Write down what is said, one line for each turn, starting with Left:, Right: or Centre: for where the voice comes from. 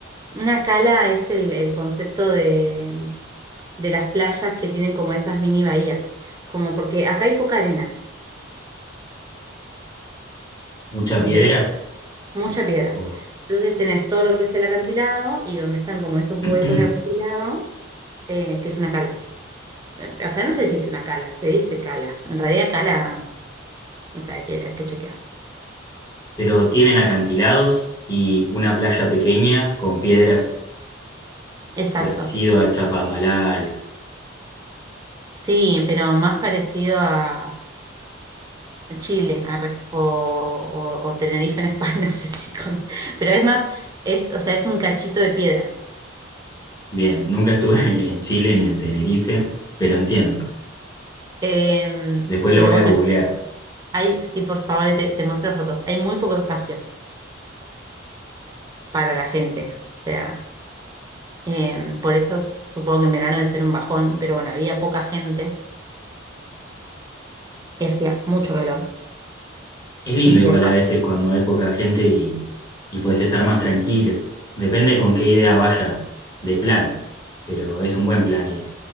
Right: Una cala es el, el concepto de, de las playas que tienen como esas mini bahías, como porque acá hay poca arena,
Left: ¿Mucha
Right: ¿se
Left: piedra?
Right: entiende? mucha piedra.
Left: O-
Right: Entonces tenés todo lo que es el acantilado y donde están como esos huecos
Left: <clears throat>
Right: de acantilado, eh, que es una cala. Eh, O sea, no sé si es una cala, se dice cala. En realidad cala, no sé, hay que, hay que chequear.
Left: Pero tienen acantilados y una playa pequeña con piedras
Right: Exacto.
Left: parecido a Chapadmalal.
Right: Sí, pero más parecido a Chile, arre, o, o, o Tenerife en España, <laughs> no sé si cono- Pero es más, es, o sea, es un cachito de piedra.
Left: Bien, nunca estuve <laughs> en Chile ni en Tenerife, pero entiendo.
Right: Em,
Left: Después lo
Right: pero
Left: voy a
Right: bueno,
Left: googlear.
Right: hay, sí, por favor, te, te muestro fotos. Hay muy poco espacio para la gente. O sea. Em, por eso s- supongo que en verano debe ser un bajón, pero bueno, había poca gente y hacía mucho calor.
Left: Es lindo
Right: Y
Left: igual
Right: el mar,
Left: a veces cuando hay poca gente y, y puedes estar más tranquilo. Depende con qué idea vayas de plan, pero es un buen plan ir